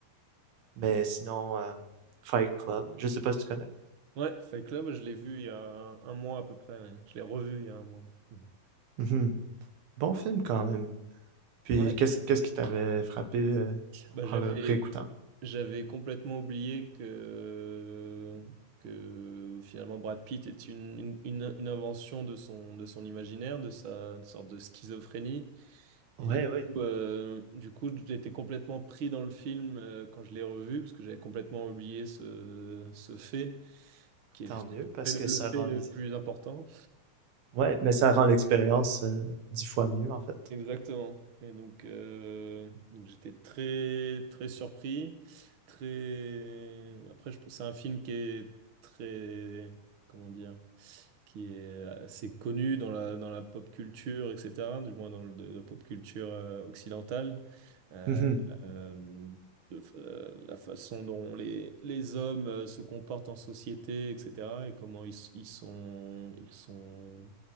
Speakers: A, on the right; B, on the right.
A: Mais
B: Je
A: sinon, euh, Fight Club, je sais pas si tu connais.
B: Ouais, Fight Club, je l'ai vu il y a un, un mois à peu près. ouais. Je l'ai revu il y a un mois. <laughs>
A: Mhm. Bon film quand même. Puis
B: Ouais,
A: qu'est-ce qu'est-ce qui t'avait frappé euh,
B: bah
A: en
B: j'avais
A: le réécoutant?
B: j'avais complètement oublié que que finalement Brad Pitt est une, une, une- une invention de son de son imaginaire, de sa une sorte de schizophrénie. Et
A: Ouais,
B: du coup,
A: ouais,
B: euh, du coup j'étais complètement pris dans le film euh, quand je l'ai revu parce que j'avais complètement oublié ce ce fait qui est
A: tant mieux parce
B: le,
A: que
B: le
A: ça rend
B: fait le
A: les...
B: plus important.
A: Ouais, mais ça rend l'expérience euh, dix fois
B: <laughs>
A: mieux en fait.
B: Exactement. Et donc, euh, donc j'étais très très surpris, très. Après, je pense c'est un film qui est très comment dire, qui est assez connu dans la dans la pop culture, etc. Du moins dans le- la pop culture euh, occidentale. Euh,
A: Mhm.
B: euh, de f- euh, la façon dont les, les hommes euh, se comportent en société, etc. Et comment ils, ils sont ils sont